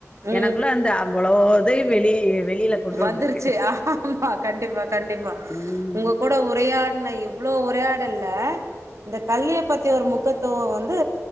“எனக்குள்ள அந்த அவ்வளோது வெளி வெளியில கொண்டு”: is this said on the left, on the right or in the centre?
Left